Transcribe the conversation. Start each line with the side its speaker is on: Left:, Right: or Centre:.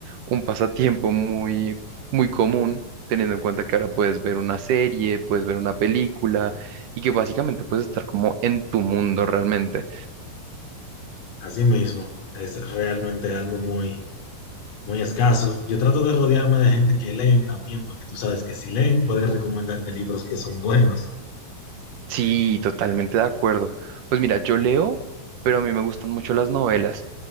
Right: un pasatiempo muy, muy común. teniendo en cuenta que ahora puedes ver una serie, puedes ver una película y que básicamente puedes estar como en tu mundo realmente.
Left: así mismo. Es realmente algo muy, muy escaso. Yo trato de rodearme de gente que leen también, porque tú sabes que si leen pueden recomendarte libros que son buenos,
Right: Sí, totalmente de acuerdo. Pues mira, yo leo, pero a mí me gustan mucho las novelas.